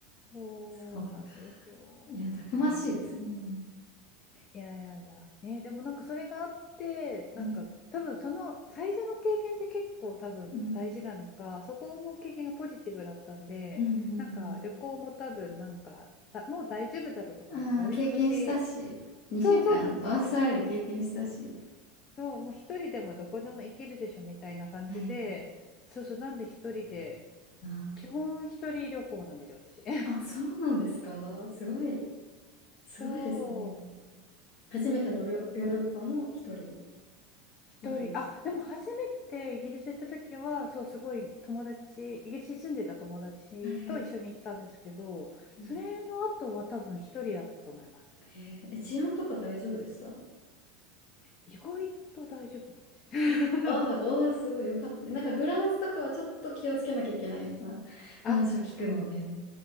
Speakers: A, on the left; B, on the left.
A: そうなんですよ。
B: そうか。いや、たくましいですね。
A: うんいやいやいや、ね、でもなんかそれがあって、なんか多分その最初の経験って結構多分大事なのか、
B: うん、うん、
A: そこの経験がポジティブだったんで、
B: うん、うん、
A: なんか旅行も多分なんか、
B: うん。
A: だもう大丈夫だろうとか思って、
B: ああ、
A: 割と私、
B: 経験したし、2週間、
A: そうそうなんですよ。
B: オーストラリア経験したし。
A: そう、もう一人でもどこでも行けるでしょみたいな感じで、
B: はいはい。
A: そうそう、なんで一人で、
B: あ
A: 基本一人旅行なんですよ、私。
B: あ、あ、そうなんですか。すごい、
A: <laughs>
B: すごいですね。
A: そう、
B: 初めてのヨヨーロッパも一人
A: そうなんで。一人、
B: できまし
A: あ、でも初めてイギリス行った時は、そう、すごい友達、イギリスに住んでた友達と一緒に行ったんですけど、
B: た。はいはい。うん。
A: それの後は多分一人だと思います。
B: へええ、治安とか大丈夫でした
A: 意外と大丈夫なんです
B: あーあー、ああ、すごいよかったね。なんかフランスとかはちょっと気をつけなきゃいけないみたいな話を聞くので。
A: <laughs> あ、